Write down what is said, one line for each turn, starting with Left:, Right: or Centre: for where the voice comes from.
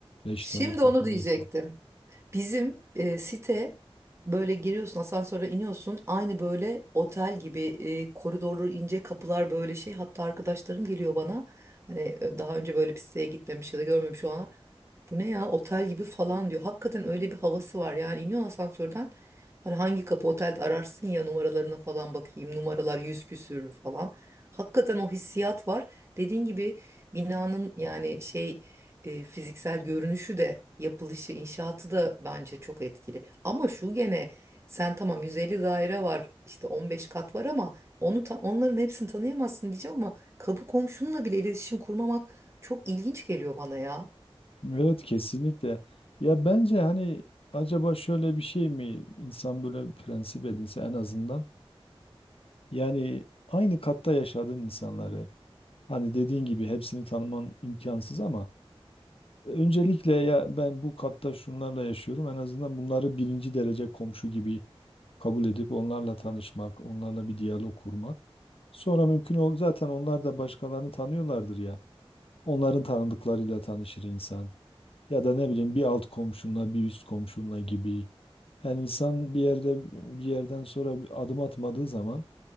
Left: beş
Right: Şimdi
Left: tane kapı
Right: onu diyecektim.
Left: neyse.
Right: Bizim e, site böyle giriyorsun asansöre iniyorsun aynı böyle otel gibi e, koridorları ince kapılar böyle şey hatta arkadaşlarım geliyor bana hani e, daha önce böyle bir siteye gitmemiş ya da görmemiş olanlar bu ne ya otel gibi falan diyor hakikaten öyle bir havası var yani iniyorsun asansörden hani hangi kapı otelde ararsın ya numaralarına falan bakayım numaralar yüz küsürlü falan hakikaten o hissiyat var dediğin gibi binanın yani şey e, fiziksel görünüşü de yapılışı, inşaatı da bence çok etkili. Ama şu gene sen tamam 150 daire var, işte 15 kat var ama onu ta- onların hepsini tanıyamazsın diyeceğim ama kapı komşunla bile iletişim kurmamak çok ilginç geliyor bana ya.
Left: Evet kesinlikle. Ya bence hani acaba şöyle bir şey mi insan böyle bir prensip edinse en azından yani aynı katta yaşadığın insanları hani dediğin gibi hepsini tanıman imkansız ama öncelikle ya ben bu katta şunlarla yaşıyorum en azından bunları birinci derece komşu gibi kabul edip onlarla tanışmak, onlarla bir diyalog kurmak. Sonra mümkün ol zaten onlar da başkalarını tanıyorlardır ya. Onların tanıdıklarıyla tanışır insan. Ya da ne bileyim bir alt komşunla bir üst komşunla gibi. Yani insan bir yerde bir yerden sonra bir adım atmadığı zaman